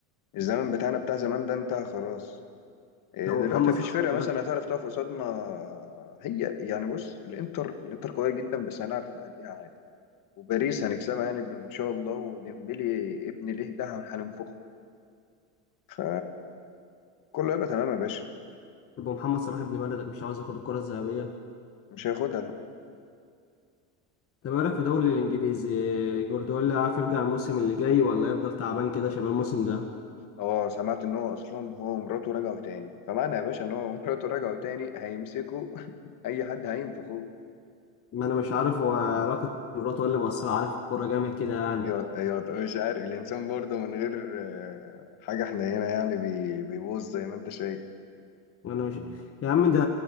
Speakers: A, on the left; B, on the left.
A: الزمن بتاعنا بتاع زمان ده انتهى خلاص إيه،
B: او
A: دلوقتي
B: محمد
A: مفيش
B: صلاح
A: فرقة مثلا هتعرف تقف قصادنا هي يعني بص الانتر الانتر قوية جدا بس هنعرف نعديها عادي وباريس هنكسبها يعني ان شاء الله وديمبلي ابن ليه ده هننفخه ف كله هيبقى تمام يا باشا
B: يبقى محمد صلاح ابن بلدك مش عاوز ياخد الكرة الذهبية
A: مش هياخدها لا
B: طب ايه رأيك في الدوري الانجليزي جوارديولا عارف يرجع الموسم اللي جاي ولا يفضل تعبان كده شباب الموسم ده
A: اه سمعت ان هو اصلا هو ومراته رجعوا تاني فمعنى يا باشا ان هو ومراته رجعوا تاني هيمسكوا <laughs> اي حد هينفخوه
B: ما انا مش عارف هو علاقة مراته ولا مأثرة عليه في الكورة جامد كده يعني
A: ايوه ايوه طب مش عارف الانسان برضه من غير آه، حاجه احنا هنا يعني بي- بيبوظ زي ما انت شايف
B: انا مش يا عم ده